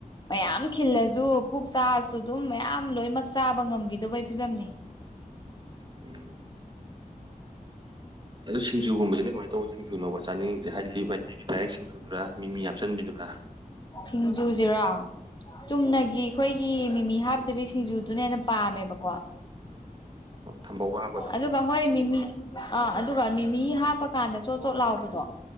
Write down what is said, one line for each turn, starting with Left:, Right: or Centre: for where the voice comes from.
Left: ꯃꯌꯥꯝ ꯈꯤꯜꯂꯁꯨ ꯄꯨꯛ ꯆꯥꯛꯑꯁꯨ ꯑꯗꯨꯝ ꯃꯌꯥꯝ ꯂꯣꯏꯃꯛ ꯆꯥꯕ ꯉꯝꯈꯤꯗꯧꯕꯩ ꯐꯤꯕꯝꯅꯤ
Right: ꯎꯝ ꯑꯗꯨ ꯁꯤꯡꯖꯨꯒꯨꯝꯕꯁꯤꯅ ꯀꯃꯥꯏꯅ ꯇꯧꯕ ꯁꯤꯡꯖꯨꯅꯣꯕ ꯆꯥꯅꯤꯡꯉꯤꯁꯦ ꯍꯥꯏꯗꯤ ꯃꯩꯇꯩꯒꯤ ꯗꯥꯏꯔ‌ꯦꯛ ꯁꯤꯡꯖꯨꯗꯨꯔꯥ ꯃꯤꯃꯤ ꯍꯥꯞꯆꯟꯕꯤꯗꯨꯔꯥ
Left: ꯁꯤꯡꯖꯨꯁꯤꯔ‌ꯣ ꯆꯨꯝꯅꯒꯤ
Right: ꯎꯝ
Left: ꯑꯩꯈꯣꯏ ꯒꯤ ꯃꯤꯃꯤ ꯍꯥꯞꯇꯕꯤ ꯁꯤꯡꯖꯨꯗꯨꯅ ꯍꯦꯟꯅ ꯄꯥꯝꯃꯦꯕꯀꯣ ꯑꯗꯨ
Right: ꯊꯝꯕꯧꯒ ꯍꯥꯞꯄꯗꯣ
Left: ꯑꯗꯨꯒ ꯍꯣꯏ ꯃꯤꯃꯤ ꯑꯥ ꯑꯗꯨꯒ ꯃꯤꯃꯤ ꯍꯥꯞꯄꯀꯥꯟꯗ ꯆꯣꯠ ꯆꯣꯠ ꯂꯥꯎꯕꯗꯣ